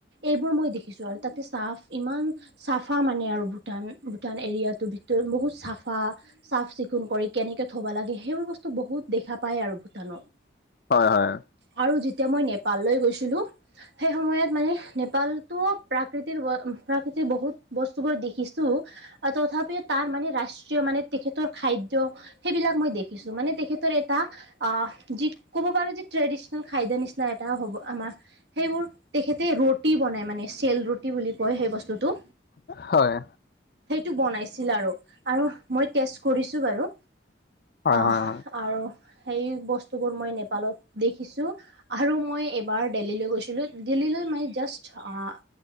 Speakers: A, on the right (about 70°); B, on the left (about 55°).
A: এইবোৰ মই দেখিছোঁ আৰু, তা'তে চাফ ইমান চাফা মানে আৰু। ভূটান, ভূটান এৰিয়াটো ভিতৰত বহুত চাফা। চাফ-চিকুণ কৰি কেনেকে থ'ব লাগে সেইবোৰ বস্তু বহুত দেখা পায় আৰু ভূটানত।
B: হয়-হয়।
A: আৰু যেতিয়া মই নেপাললৈ গৈছিলোঁ। সেই সময়ত মানে নেপালতটো প্ৰাকৃতিৰ - প্ৰাকৃতিৰ বহুত বস্তুবোৰ দেখিছোঁ। অ' তথাপিও তাৰ মানে ৰাষ্ট্ৰীয় মানে তেখেতৰ খাদ্য- সেইবিলাক মই দেখিছোঁ, মানে তেখেতৰ এটা আহ', যি ক'ব পাৰোঁ যে ট্ৰেডিচনেল খাদ্য নিচি- না, এটা হ'ব আমাৰ সেইবোৰ তেখেতে ৰুটি বনাই মানে চেল ৰুটি বুলি কয়, সেই বস- টোতো।
B: হয়।
A: সেইটো বনাইছিল আৰু, আৰু মই টেষ্ট কৰিছোঁ বাৰু।
B: হয়
A: অহ',
B: হয় হয়
A: আৰু সেই বস্তুবোৰ মই নেপালত- দেখিছোঁ। আৰু মই এইবাৰ দেল্লীলৈ গৈছিলোঁ, দিল্লীলৈ মানে জাষ্ট আঁহ-